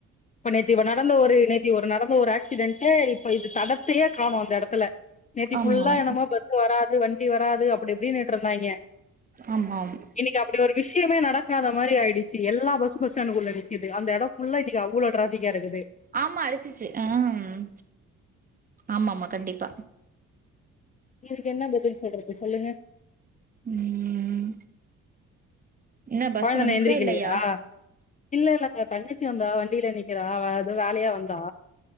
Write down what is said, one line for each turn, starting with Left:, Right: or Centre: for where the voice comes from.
Left: இப்ப நேத்து இவ நடந்த ஒரு நேர் யோ ஒரு நடந்த ஒரு ஆக்சிடென்ட்டு இப்ப இது தடத்தையே காணோ அந்த இடத்துல நேத்தி
Right: ஆமா
Left: புல்லா
Right: ஆமாம்
Left: என்னமோ பஸ் பஸ்சு வராது வண்டி வராது அப்டி இப்டின்னுட்டு இருந்தாங்க
Right: ஆமா ஆம்
Left: இன்னைக்கு அப்டி ஒரு விஷயமே நடக்காத மாறி ஆயிடுச்சி எல்லா பஸ்சும் பஸ் ஸ்டேன்டுக்குள்ள நிக்குது அந்த எடோ ஃபுல்லா இன்னிக்கு அவ்ளோ டிராபிக்கா இருக்குது
Right: ஆமா அடிச்சிச்சி ம் ஆமா ஆமா கண்டிப்பா
Left: இதுக்கு என்ன பதில் சொல்றது சொல்லுங்க
Right: உம் என்ன பஸ்
Left: கொழந்தனா
Right: வந்துச்சா
Left: எந்திரிக்கலையா
Right: இல்லயா
Left: இல்ல இல்லங்க தங்கச்சி வந்தா வண்டில நிக்கிறா அவ எதோ வேலையா வந்தா